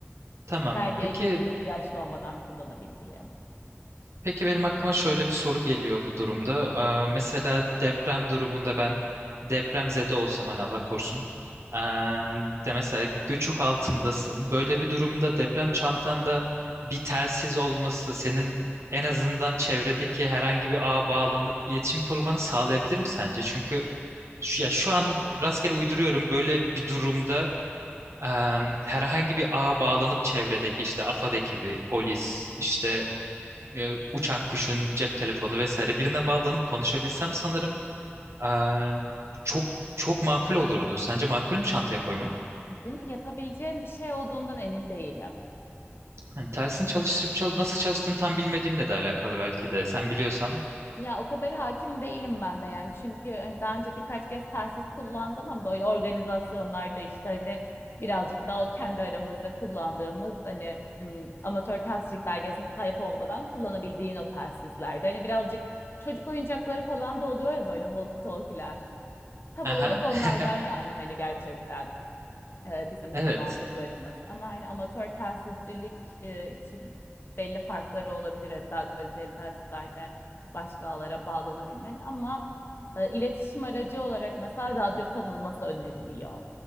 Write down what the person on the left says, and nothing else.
Belgeye
ih- ihtiyacın olmadan kullanabildiğin.
Bunu yapabileceğin bir şey olduğundan emin değilim.
Ya o kadar hakim değilim ben de yani. Çünkü hani daha önce birkaç kez telsiz kullandım ama böyle organizasyonlarda işte hani birazcık daha o kendi aramızda kullandığımız hani ım, amatör telsizcilik belgesine sahip olmadan kullanabildiğin o telsizlerde. Hani birazcık çocuk oyuncakları falan da oluyor ya böyle walkie talkie'ler. Tam olarak
onlardan
yani hani gerçekten. e, bizim
kullandıklarımız. Ama hani amatör telsizcilik e, için belli farkları olabilir. Hani daha kaliteli telsizlerde başka ağlara bağlanabilmenin ama e, iletişim aracı olarak mesela radyo konulması öneriliyor.